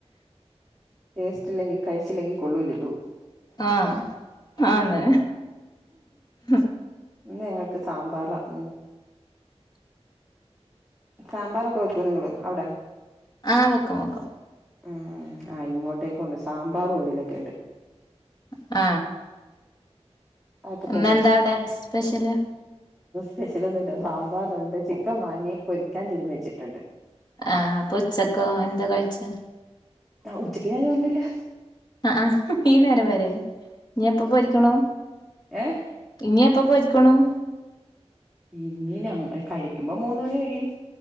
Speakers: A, in the centre; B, on the left.
A: ടെസ്റ്റില്ലെങ്കിൽ കഴിച്ചില്ലെങ്കിൽ കൊള്ളൂല്ലല്ലോ
B: ആ ആന്ന് ഉം
A: ഇന്ന് ഞങ്ങക്ക് സമ്പാറ ഉം സമ്പാറൊക്കെ വെക്കോ നിങ്ങൾ അവടെ
B: ആ വെക്കും വെക്കും
A: ഉം ഇങ്ങോട്ടേക്കുണ്ട് സാമ്പാർ അവിയിലൊക്കെയിട്ട്
B: അ
A: അതൊക്കെ
B: ഇന്നെന്താ
A: ഭയങ്കര ഇഷ്ടവാ
B: അവിടെ സ്പെഷ്യല്
A: സ്പെഷ്യൽ ഒന്നുല്ല സമ്പാറുണ്ട് ചിക്കൻ വാങ്ങി പൊരിക്കാൻ തീരുമാനിച്ചട്ടുണ്ട്
B: ആ അപ്പൊ ഉച്ചക്കോ എന്താ കഴിച്ചേ
A: അ ഉച്ചക്ക് ഞാൻ ചോറുണ്ടില്ല
B: അ അ ഈ നേരം വരെ ഇനി എപ്പോ പൊരിക്കണം
A: ഏഹ്
B: ഇനിയെപ്പോ പൊരി- പണം
A: ഉം ഞങ്ങൾ കഴിക്കുമ്പോ മൂന്ന് മണി കഴിയും